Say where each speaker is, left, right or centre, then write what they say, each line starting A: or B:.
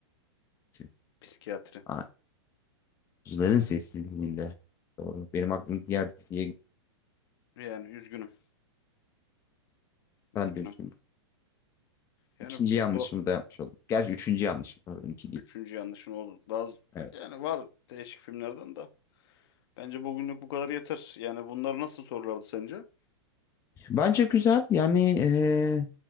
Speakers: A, on the left; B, on the left.
A: Şimdi,
B: Psikiyatri.
A: aa, Kuzuların sessizliğinde. Doğru. Benim aklım diğer diziye gitti.
B: Yani üzgünüm,
A: Ben
B: üzgünüm.
A: de üstüne
B: Yani
A: İkinci yanlışımı
B: so
A: da yapmış oldum. Gerçi üçüncü yanlışım. Pardon, iki değil.
B: üçüncü yanlışın oldu. Daha z-
A: Evet.
B: yani var değişik filmlerden de. Bence bugünlük bu kadar yeter. Yani bunlar nasıl sorulardı sence?
A: Bence güzel. Yani eee